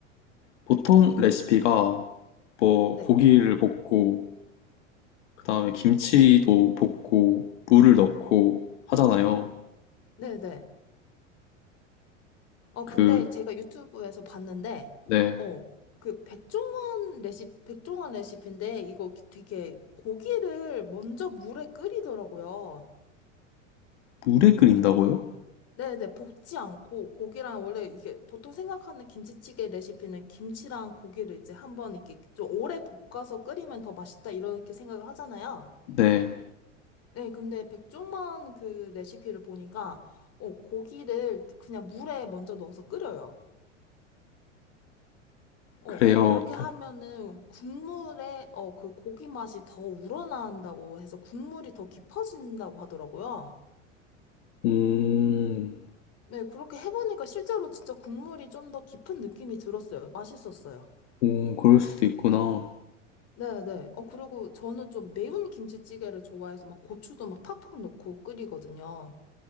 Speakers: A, on the left; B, on the left.
A: 보통 레시피가 뭐
B: 네.
A: 고기를 볶고, 그 다음에 김치도 볶고, 물을 넣고 하잖아요.
B: 네네. 어,
A: 그,
B: 근데 제가 유튜브에서 봤는데,
A: 네.
B: 어, 그 백종원 레시, 백종원 레시피인데, 이거 되게 고기를 먼저 물에 끓이더라고요.
A: 물에 끓인다고요?
B: 그러니까 네네, 볶지 않고 고기랑 원래 이게 보통 생각하는 김치찌개 레시피는 김치랑 고기를 이제 한번 이렇게 좀 오래 볶아서 끓이면 더 맛있다 이렇게 생각을 하잖아요.
A: 네.
B: 네, 근데 백종원 그 레시피를 보니까 어, 고기를 그냥 물에 먼저 넣어서 끓여요. 어,
A: 그래요.
B: 그렇게 하면은
A: 뭐,
B: 국물에 어, 그 고기 맛이 더 우러나온다고 해서 국물이 더 깊어진다고 하더라고요.
A: 음,
B: 네, 그렇게 해보니까 실제로 진짜 국물이 좀 더 깊은 느낌이 들었어요. 맛있었어요.
A: 오, 그럴 수도 있구나.
B: 네네. 어, 그리고 저는 좀 매운 김치찌개를 좋아해서 막 고추도 막 팍팍 넣고 끓이거든요.